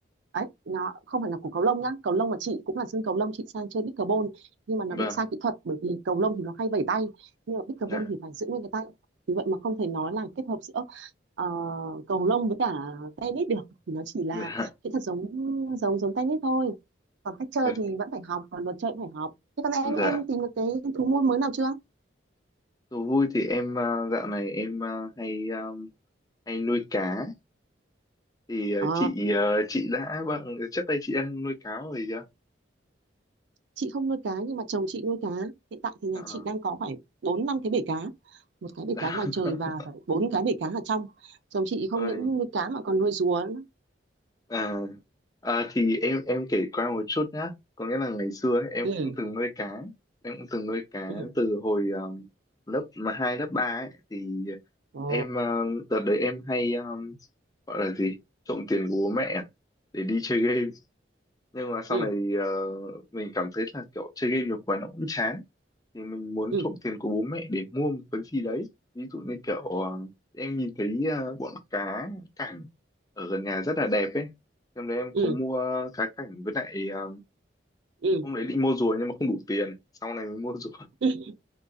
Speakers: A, on the right (about 75°); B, on the left (about 20°).
A: ấy nó không phải là của cầu lông nhá cầu lông mà chị cũng là sân cầu lông chị sang chơi pickleball nhưng mà nó
B: vâng,
A: bị sai kỹ thuật bởi vì cầu lông thì nó hay vẩy tay nhưng mà pickleball
B: dạ,
A: thì phải giữ nguyên cái tay vì vậy mà không thể nói là kết hợp giữa ờ, cầu lông với cả tennis được thì nó chỉ là
B: dạ,
A: kỹ thuật giống giống giống tennis thôi còn cách chơi
B: <laughs>
A: thì vẫn phải học còn luật chơi cũng phải học thế còn em em
B: dạ.
A: tìm được cái thú nuôi mới nào chưa
B: Thú vui thì em ờ, dạo này em ờ, hay ờ, hay nuôi cá thì ờ,
A: ờ
B: chị ờ, chị đã vâng trước đây chị ăn nuôi cáo rồi chưa
A: chị không nuôi cá nhưng mà chồng chị nuôi cá hiện tại thì nhà
B: Ờ.
A: chị đang có phải bốn năm cái bể cá một cái bể
B: <laughs>
A: cá ngoài trời và phải bốn cái bể cá ở trong chồng chị không
B: Ôi,
A: những nuôi cá mà còn nuôi rùa nữa
B: à, à, thì em em kể qua một chút nhá có nghĩa là ngày xưa ấy, em
A: ừ
B: cũng từng nuôi cá em cũng từng nuôi cá
A: ừ
B: từ hồi um, lớp mà hai lớp ba ấy thì
A: ồ
B: em uh, đợt đấy em hay um, gọi là gì trộm tiền của bố mẹ à, để đi chơi game nhưng mà sau
A: ừ
B: này ờ, mình cảm thấy là kiểu chơi game nhiều quá nó cũng chán thì mình muốn
A: ừ
B: trộm tiền của bố mẹ để mua một cái gì đấy ví dụ như kiểu ờ, em nhìn thấy ờ, bọn cá cảnh ở gần nhà rất là đẹp ấy hôm đấy em
A: ừ
B: có mua cá cảnh với lại ờ,
A: ừ
B: hôm đấy định mua rùa nhưng mà không đủ tiền sau này mới mua rùa
A: ừ ừ